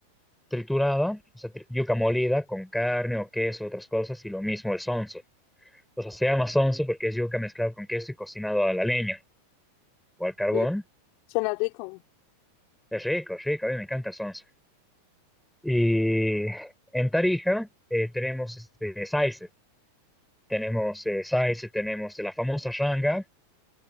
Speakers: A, in the centre; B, on the left (about 45°).
A: triturada, o sea, tri- yuca molida con carne o queso, otras cosas, y lo mismo el sonso. O sea, se llama sonso porque es yuca mezclado con queso y cocinado a la leña o al carbón.
B: Mm, Suena rico.
A: Es rico, es rico, a mí me encanta el sonso. Y en Tarija eh, tenemos este, saice, tenemos eh, saice, tenemos la famosa ranga,